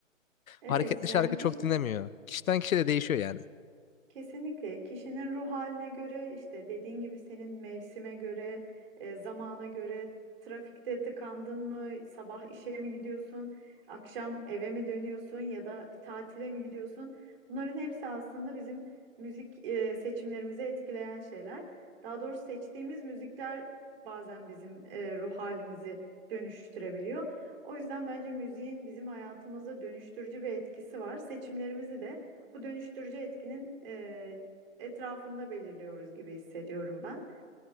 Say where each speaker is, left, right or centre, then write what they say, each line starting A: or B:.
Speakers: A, on the right; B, on the left.
A: Evet,
B: Hareketli şarkı
A: yani kişinin
B: çok dinlemiyor. Kişiden kişiye de değişiyor yani.
A: Kesinlikle kişinin ruh haline göre işte dediğin gibi senin mevsime göre, e, zamana göre trafikte tıkandın mı, sabah işe mi gidiyorsun, akşam eve mi dönüyorsun ya da bir tatile mi gidiyorsun? Bunların hepsi aslında bizim müzik e, seçimlerimizi etkileyen şeyler. Daha doğrusu seçtiğimiz müzikler bazen bizim e, ruh halimizi dönüştürebiliyor. O yüzden bence müziğin bizim hayatımızda dönüştürücü bir etkisi var. Seçimlerimizi de bu dönüştürücü etkinin e, etrafında belirliyoruz gibi hissediyorum ben.